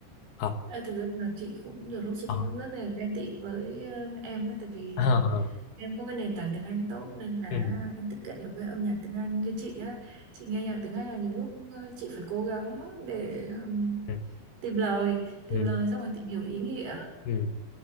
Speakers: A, on the left; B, on the right.
A: ờ
B: Ê, thực ra là chị cũng nhiều lúc chị
A: ờ
B: cũng rất là ghen tị với ờ, em ấy tại vì
A: ờ
B: ờ, em có cái nền tảng tiếng Anh tốt nên là
A: ừ
B: em tiếp cận được với âm nhạc tiếng Anh như chị á chị nghe nhạc tiếng Anh là nhiều lúc ờ, chị phải cố gắng để ừm,
A: ừ
B: tìm lời tìm
A: ừ
B: lời xong rồi tìm hiểu ý nghĩa
A: ừ